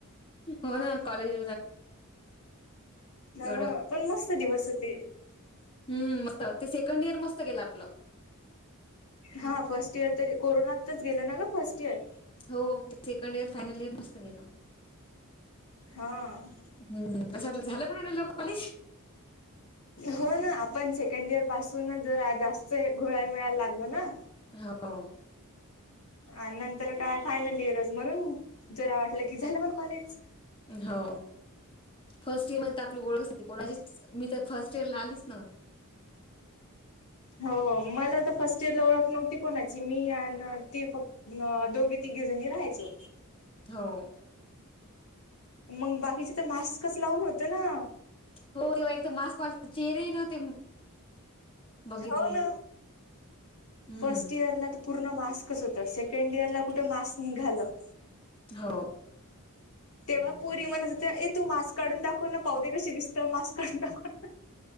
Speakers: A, on the left; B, on the left.
A: हो ना कॉलेज.
B: हा
A: एवढं
B: पण मस्त दिवस होते.
A: हम्म मस्त ते सेकंड इयर मस्त केेलं आपलं. हो
B: हा फर्स्ट इयर तरी कोरोनातच गेलं ना ग फर्स्ट इयर.
A: हो ते सेकंड इयर फायनल इयर मस्त गेल.
B: हा
A: हम कसं वाटलं झालं पण एवढ्या लवकर कॉलेज.
B: हो ना आपण सेकंड इयर पासूनच जर जास्त घोळाळ मिळायला लागलो ना.
A: हो.
B: आणि नंतर काय फायनल इयरच म्हणून जरा वाटलं की झालं पण कॉलेज.
A: हो फर्स्ट इयर मध्ये तर आपली ओळख होती कोणाची मी तर फर्स्ट इयर ला आलीच ना.
B: हो मला आ तर फर्स्ट इयर ला ओळख नव्हती कोणाची. मी आणि ती फक्त दोघी तिघी जणी राहायचो.
A: हो.
B: मग बाकीचे तर मास्कच लावून होत ना.
A: हो तेव्हा एकदा मास मास चेहरेही नव्हते. बघितले
B: हऊ ना
A: हम्म,
B: फस्ट इयर ला त. पूर्ण मास्कच होत सेकंड इयर ला कुठे मास्क निघालं.
A: हो.
B: तेव्हा पोरी म्हनत तू मास्क काढून दाखव. कोण पाह दे कशी दिसत मास् कोणता कोण.